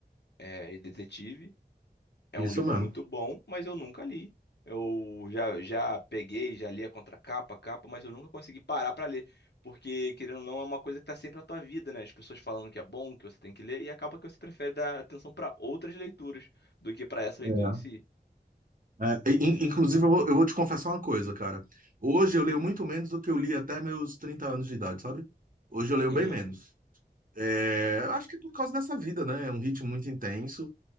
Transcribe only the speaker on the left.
é, Detetive. É
um livro
muito bom, mas eu nunca li. Eu já, já peguei, já li a contracapa, a capa, mas eu nunca consegui parar pra ler. Porque, querendo ou não, é uma coisa que tá sempre na tua vida, né? As pessoas falando que é bom, que você tem que ler, e acaba que você prefere dar atenção pra outras leituras do que pra essa leitura
em si.
Uhum,